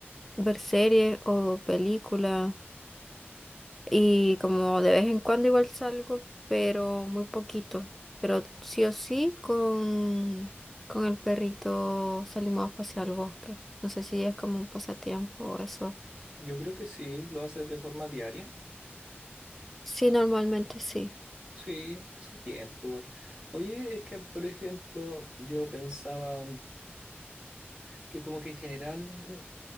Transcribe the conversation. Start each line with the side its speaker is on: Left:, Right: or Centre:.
Centre: ver series o películas. Y como de vez en cuando igual salgo, pero muy poquito. Pero sí o sí con, con el perrito salimos a pasear al bosque. No sé si es como un pasatiempo o eso.
Right: Yo creo que sí, lo haces de forma diaria.
Centre: Sí, normalmente sí.
Right: Sí, pasa tiempo igual. Oye, es que por ejemplo, yo pensaba que como que en general